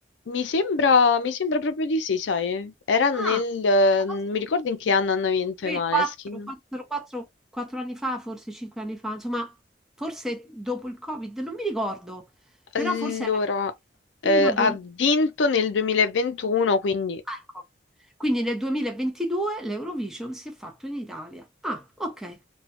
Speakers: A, on the left; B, in the centre.
A: mi sembra, mi sembra proprio di sì, sai. Era nel...
B: Ah,
A: eh,
B: questa
A: non
B: cosa
A: mi ricordo in che anno hanno vinto
B: 3,
A: i Maneskin.
B: 4, 4, 4, 4 anni fa, forse 5 anni fa, insomma, forse dopo il Covid, non mi ricordo, però
A: Allora,
B: forse era
A: eh,
B: 1 2000.
A: ha vinto nel 2021, quindi...
B: Ecco. Quindi nel 2022 l'Eurovision si è fatto in Italia. Ah, ok.